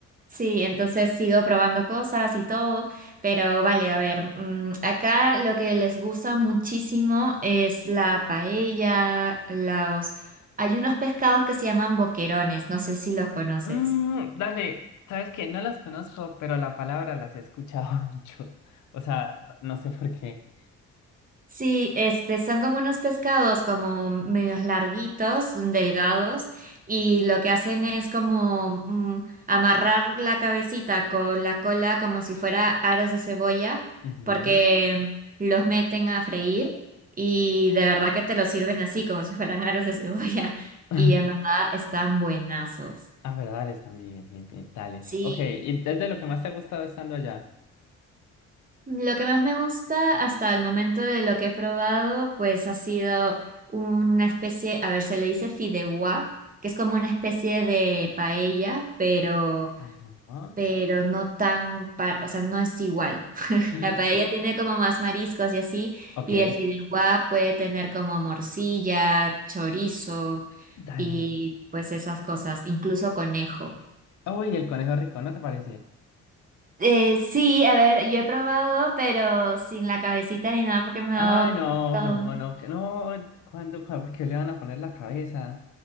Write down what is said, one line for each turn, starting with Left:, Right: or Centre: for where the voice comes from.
Right: sí, entonces sigo probando cosas y todo, pero vale, a ver, mm, acá lo que les gusta muchísimo es la paella, los... Hay unos pescados que se llaman boquerones, no sé si los conoces.
Left: Mm, dale, sabes que no las conozco, pero la palabra las he escuchado <laughs> mucho. O sea, no sé por qué.
Right: Sí, este, son como unos pescados como medios larguitos, delgados, y lo que hacen es como mm, amarrar la cabecita con la cola como si fuera aros de cebolla,
Left: Ujú.
Right: porque los meten a freír y de verdad que te los sirven así, como si fueran aros de cebolla, <laughs>
Left: <laughs>
Right: y en verdad están buenazos.
Left: Ah, pero dale, están bien, bien, bien. Dale.
Right: Sí,
Left: Ok, ¿y desde lo que más te ha gustado estando allá?
Right: Lo que más me gusta hasta el momento de lo que he probado, pues ha sido una especie, a ver, se le dice fideuá, que es como una especie de paella, pero,
Left: Ajá.
Right: pero no tan, pa- o sea, no es igual. <laughs>
Left: <laughs>
Right: La paella tiene como más mariscos y así,
Left: Ok,
Right: y el fideuá puede tener como morcilla, chorizo
Left: dale.
Right: y pues esas cosas, incluso conejo.
Left: Uy, el conejo rico, ¿no te parece?
Right: Eh, sí, a ver, yo he probado, pero sin la cabecita ni nada porque me ha
Left: Ay,
Right: dado...
Left: no,
Right: todo.
Left: no, no, que no. ¿Cuándo, cuándo, por qué le van a poner la cabeza?